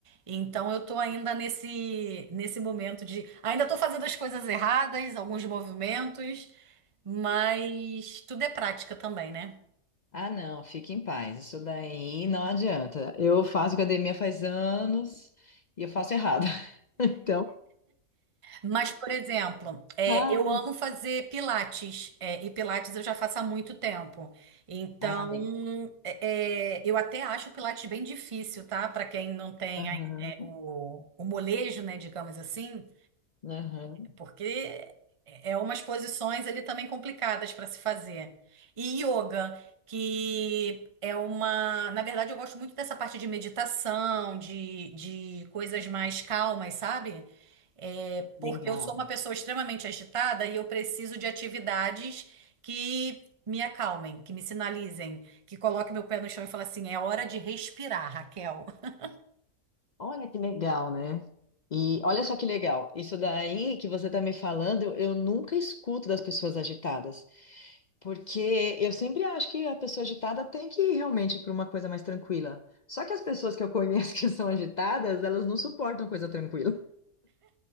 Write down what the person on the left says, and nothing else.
Ah, não, fique em paz. Isso daí não adianta. Eu faço academia faz anos e eu faço errado. <laughs> Então,
Ah,
ah, legal.
aham.
Aham.
Legal.
Olha que legal, né? E olha só que legal. Isso daí que você tá me falando, eu eu nunca escuto das pessoas agitadas. Porque eu sempre acho que a pessoa agitada tem que ir realmente para uma coisa mais tranquila. Só que as pessoas que eu conheço <laughs> que são agitadas, elas não suportam coisa tranquila.